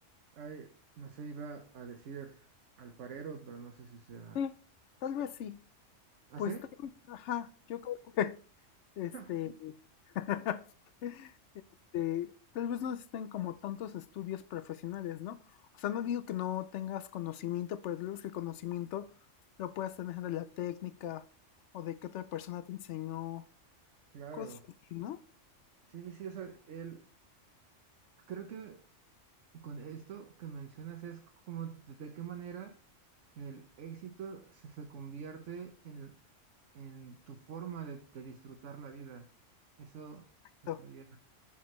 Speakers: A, on the right; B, on the left.
A: hay, no sé, iba a decir alfarero, pero no sé si sea...
B: Sí, tal vez sí.
A: ¿Ah,
B: Pues
A: sí?
B: tal vez, ajá, yo creo que, <laughs> este,
A: <laughs>
B: <laughs> este, tal vez no existen como tantos estudios profesionales, ¿no? O sea, no digo que no tengas conocimiento, pero tal vez el conocimiento lo puedas tener de la técnica o de que otra persona te enseñó,
A: Claro.
B: cosas así, ¿no?
A: Sí, sí, sí, o sea, el, creo que con esto que mencionas es como de, de qué manera el éxito se, se convierte en, el- en tu forma de, de disfrutar la vida. Eso estaría,
B: Pero,